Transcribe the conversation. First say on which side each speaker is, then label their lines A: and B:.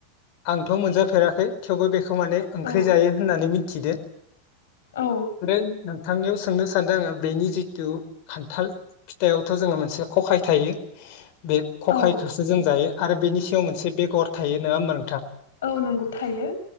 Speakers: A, on the left (about 50°); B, on the left (about 85°).
A: आंथ' मोनजाफेराखै थेवबो बे बेखौ माने ओंख्रि
B: औ
A: जायो होननानै मिथि थिदो
B: औ
A: <unintelligible> नोंथांनियाव सोंनो सान्दों आङो बेनि जिथु खान्थाल फिथायावथ' जोङो मोनसे खखाय थायो बे खखायखौसो
B: औ
A: जों जायो आरो बेनि सायाव मोनसे बेगर थायो नङा होमबा नोंथां
B: औ नंगौ थायो